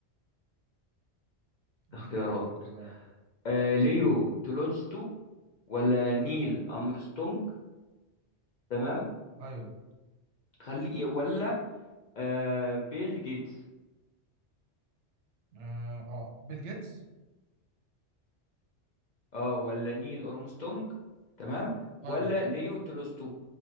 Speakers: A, on the right; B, on the left.
A: اديني
B: اختيارات
A: اختيارات كده اه
B: آه ليو تولستو ولا نيل أرمسترونج تمام
A: ايوه
B: خلي إيه، ولا آه بيل جيتس
A: اه آه. بيل جيتس
B: اه ولا نيل أرمسترونج تمام
A: ايوه
B: ولا ليو تولستو